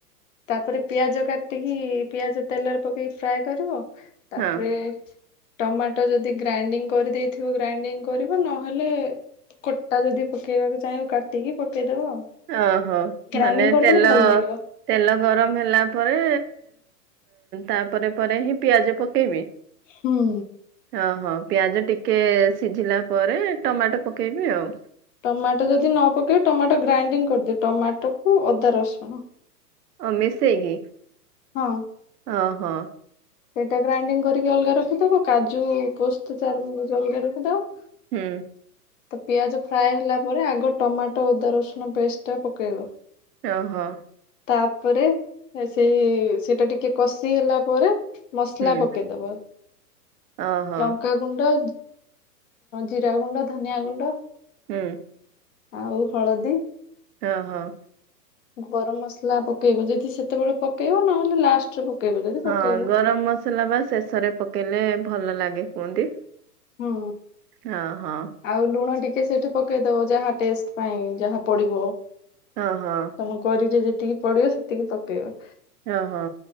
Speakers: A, on the left; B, on the right.
A: ତାପରେ ପିଆଜ କାଟିକି ପିଆଜ ତେଲରେ ପକେଇକି ଫ୍ରାଏ କରିବ। ତାପରେ
B: ହଁ
A: ଟମାଟ ଯଦି ଗ୍ରାଇଣ୍ଡିଙ୍ଗ କରିଦେଇଥିବ ଗ୍ରାଇଣ୍ଡିଙ୍ଗ କରିଵ ନହେଲେ ଗୋଟା ଯଦି ପକେଇବାକୁ ଚାହଁବ କାଟିକି ପକେଇଦବ ଆଉ।
B: ଓହୋ
A: ଗ୍ରାଇଣ୍ଡିଙ୍ଗ
B: ମାନେ
A: କରିଦେଲେ
B: ତେଲ
A: ଭଲ ଲାଗିବ।
B: ତେଲ ଗରମ ହେଲା ପରେ ତାପରେ ପରେ ହିଁ ପିଆଜ ପକେଇବି
A: ହୁଁ
B: ଓହୋ ପିଆଜ ଟିକେ ସିଝିଲା ପରେ ଟମାଟୋ ପକେଇବି ଆଉ
A: ଟମାଟୋ ଯଦି ନ ପକେଇବେ ଟମାଟୋ ଗ୍ରାଇଣ୍ଡିଙ୍ଗ କରିଦି ଟମାଟୋକୁ ଅଦା ରସୁଣ
B: ଅ ମିଶେଇକି
A: ହଁ
B: ଓ ହୋ
A: ସେଇଟା ଗ୍ରାଇଣ୍ଡିଙ୍ଗ କରିକି ଅଲଗା ରଖିଦବ କାଜୁ ପୋସ୍ତ ଚାରମଗଜ ଅଲଗା ରଖିଦବ
B: ହୁଁ
A: ତ ପିଆଜ ଫ୍ରାଏ ହେଲା ପରେ ଆଗ ଟମାଟୋ ଅଦା ରସୁଣ ପେଷ୍ଟ ଟା ପକେଇବ
B: ଓହୋ
A: ତାପରେ ସେଇ ସେଇଟା ଟିକେ କଷି ହେଲା ପରେ ମସଲା
B: ହୁଁ
A: ପକେଇଦବା
B: ଓହୋ
A: ଲଙ୍କା ଗୁଣ୍ଡ ଜିରା ଗୁଣ୍ଡ ଧନିଆ ଗୁଣ୍ଡ
B: ହଁ
A: ଆଉ ହଳଦୀ
B: ହଁ ହଁ
A: ଗରମ ମସଲା ପକେଇବ ଯଦି ସେତେବେଳେ ପକେଇବ ନହେଲେ ଲାଷ୍ଟରେ ପକେଇବ ଯଦି ପକେଇବ
B: ହଁ ଗରମ ମସଲା ବା ଶେଷରେ ପକେଇଲେ ଭଲ ଲାଗେ କୁହନ୍ତି
A: ହୁଁ
B: ହ ହଁ
A: ଆଉ ଲୁଣ ଟିକେ ସେଇଠି ପକେଇଦବ ଯାହା ଟେଷ୍ଟ ପାଇଁ ଯାହା ପଡିବ
B: ହଁ ହଁ
A: ତମ କରିରେ ଯେତିକି ପଡିବ ସେତିକି ପକେଇବ
B: ଓହୋ